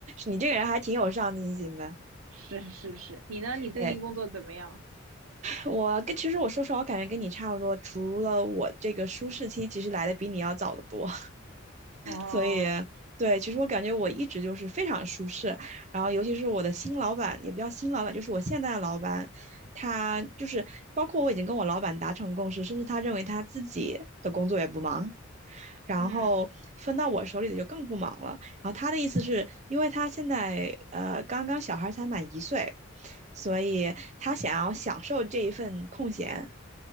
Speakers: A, on the right (about 35°); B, on the right (about 80°).
A: 你这个人还挺有上进心的。
B: 是是是，你呢？你最近工作怎么样？
A: 哎，我跟其实我说实话，我感觉跟你差不多，除了我这个舒适期其实来的比你要早得多。
B: 哦，
A: 所以，对，其实我感觉我一直就是非常舒适。然后，尤其是我的新老板，也不叫新老板，就是我现在的老板，他就是包括我已经跟我老板达成共识，甚至他认为他自己的工作也不忙，然后分到我手里的就更不忙了。
B: 嗯
A: 然后他的意思是，因为他现在呃刚刚小孩才满一岁，所以他想要享受这一份空闲，